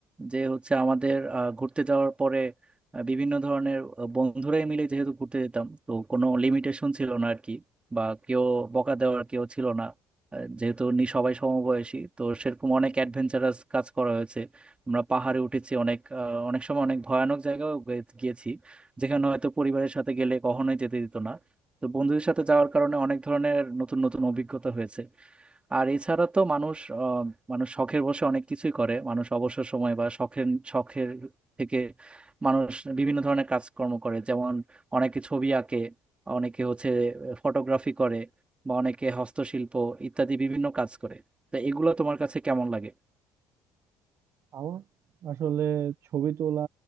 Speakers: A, on the right (about 20°); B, on the right (about 60°).
A: যে হচ্ছে আমাদের আহ, ঘুরতে যাওয়ার পরে আহ, বিভিন্ন ধরনের আহ, বন্ধুরাই মিলে যেহেতু ঘুরতে যেতাম তো কোনো লিমিটেশন ছিল না আর কি বা কেউ বকা দেওয়ার কেউ ছিল না আহ, যেহেতু নি সবাই সমবয়সী তো সেরকম অনেক অ্যাডভেঞ্চারাস কাজ করা হয়েছে আমরা পাহাড়ে উঠেছি অনেক আহ, অনেক সময় অনেক ভয়ানক জায়গায় গিয়েছি যেখানে হয়তো পরিবারের সাথে গেলে কখনোই যেতে দিত না তো বন্ধুদের সাথে যাওয়ার কারণে অনেক ধরনের নতুন নতুন অভিজ্ঞতা হয়েছে আর এছাড়া তো মানুষ আহ, মানুষ শখের বসে অনেক কিছুই করে মানুষ অবসর সময় বা শখের শখের থেকে মানুষ বিভিন্ন ধরনের কাজকর্ম করে যেমন অনেকে ছবি আঁকে অনেকে হচ্ছে ফটোগ্রাফি করে বা অনেকে হস্তশিল্প ইত্যাদি বিভিন্ন কাজ করে তো এগুলো তোমার কাছে কেমন লাগে
B: আমার আসলে ছবি তোলা